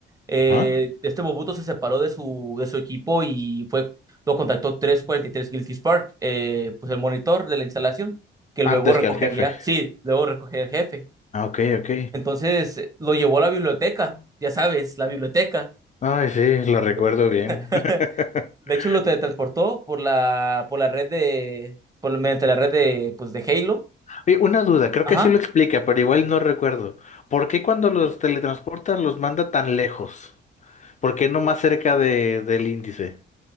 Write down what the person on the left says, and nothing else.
¿Ah?
Antes
que al jefe.
Ah, ok, ok.
Ay, sí, lo recuerdo
bien. <laughs>
Oye, una duda, creo
que sí lo explica, pero igual no recuerdo. ¿Por qué cuando los teletransportan los manda tan lejos? ¿Por qué no más cerca de, del índice?